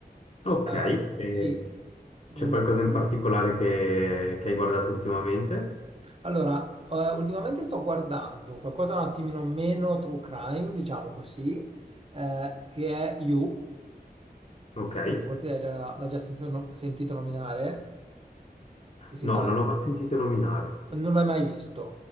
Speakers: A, on the left (about 40°); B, on the right (about 35°).
A: Ok,
B: Eh,
A: e
B: sì, Mm,
A: c'è qualcosa in particolare che, che hai guardato ultimamente?
B: Allora, eh, ultimamente sto guardando qualcosa un attimino meno true crime, diciamo così, eh, che è You,
A: Ok,
B: forse l'hai già, l'hai già sentito, no- sentito nominare, che si
A: no,
B: tratta.
A: non l'ho mai sentito nominare,
B: Non l'hai mai visto.